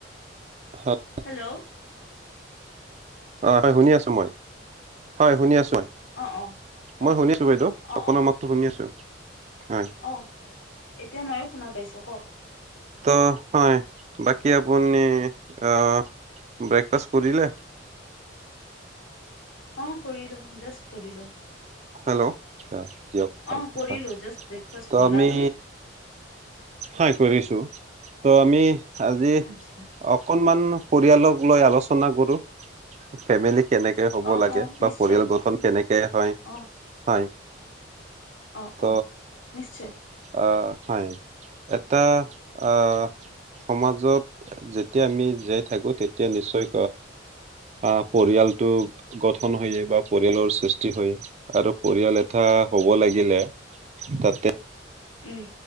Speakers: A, on the right (about 35°); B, on the left (about 85°).
A: হয়।
B: হেল্ল'!
A: অ, হয়, শুনি আছো মই। হয়, শুনি আছো মই।
B: অ অ
A: মই
B: অ
A: শুনিছো বাইদেউ।
B: অ
A: আপোনাৰ মাততো শুনি আছো, হয়।
B: অঁ, এতিয়া ময়ো শুনা পাইছোঁ। কওঁক?
A: ত, হয়, বাকী আপুনি অ ব্ৰেকফাষ্ট কৰিলে?
B: অ, কৰিলোঁ। জাষ্ট কৰিলোঁ।
A: হেল্ল'! দিয়ক ভাল
B: অ
A: কথা।
B: কৰিলো জাষ্ট ব্ৰেকফাষ্ট
A: ত,
B: কৰিলো
A: আমি
B: আপুনি
A: হয়, কৰিছো। ত', আমি আজি
B: আচ্ছা
A: অকনমান পৰিয়ালক লৈ আলোচনা কৰো। ফেমিলি কেনেকে হ'ব
B: অ
A: লাগে
B: অ
A: বা
B: নিশ্চয়
A: পৰিয়াল গঠন কেনেকে হয়?
B: অ
A: হয়,
B: অ
A: ত
B: অ নিশ্চয়
A: আহ, হয়, এটা আহ সমাজত যেতিয়া আমি জীয়াই থাকো, তেতিয়া নিশ্চয় আহ, পৰিয়ালটো গঠন হয় <unintelligible> বা পৰিয়ালৰ সৃষ্টি হয়। আৰু পৰিয়াল এটা হ'ব লাগিলে, তাতে
B: উম।